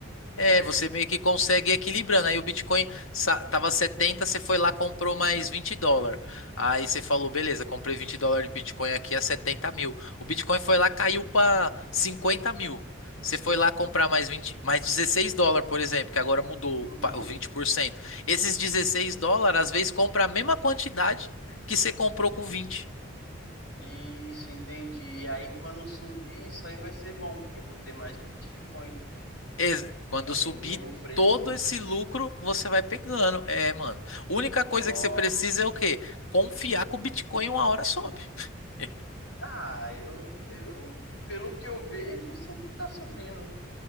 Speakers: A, on the left (about 85°); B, on the left (about 55°).
A: É,
B: Certo.
A: você meio que consegue ir equilibrando. Aí o Bitcoin sa- tava 70, você foi lá, comprou mais 20 dólares. Aí você falou, beleza, comprei 20 dólares de Bitcoin aqui a setenta mil. O Bitcoin foi lá, caiu para cinquenta mil. Você foi lá comprar mais 20, mais 16 dólares, por exemplo, que agora mudou
B: Uhum.
A: pa- o 20%. Esses 16 dólares, às vezes, compra a mesma quantidade que você comprou com 20.
B: Isso, entendi. E aí, quando subir, isso aí vai ser bom, porque eu vou ter mais Bitcoin
A: Ex- Quando
B: para vender
A: subir
B: no preço.
A: todo esse lucro, você vai pegando. É, mano. Única
B: Nossa.
A: coisa que você precisa é o quê? Confiar que o Bitcoin uma hora sobe. <laughs>
B: Ah, eu, eu, pelo que eu vejo, sempre tá subindo.